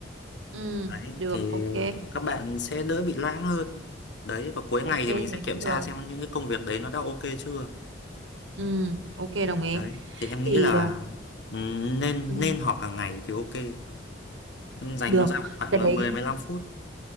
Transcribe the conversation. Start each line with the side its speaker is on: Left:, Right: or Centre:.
Right: ừ
Left: đấy
Right: được
Left: thì
Right: ok
Left: kiểu các bạn sẽ đỡ bị loãng hơn đấy và cuối ngày
Right: ok
Left: thì mình
Right: thế
Left: sẽ kiểm
Right: cũng
Left: tra
Right: được
Left: xem những cái công việc đấy nó đã ok chưa
Right: ừ ok đồng ý
Left: đấy thì em
Right: thì
Left: nghĩ là
Right: ờ,
Left: ừm, nên
Right: ừ,
Left: nên họp hàng ngày thì ok dành
Right: được
Left: con ra khoảng
Right: cái đấy
Left: mười mười lăm phút